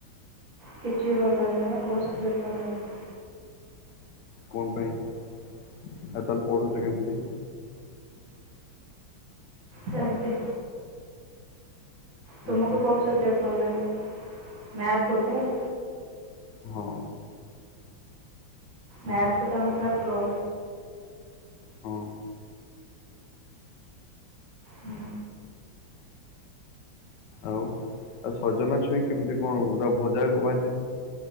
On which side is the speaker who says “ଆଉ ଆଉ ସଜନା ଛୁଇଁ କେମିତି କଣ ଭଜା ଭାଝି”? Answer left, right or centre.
Left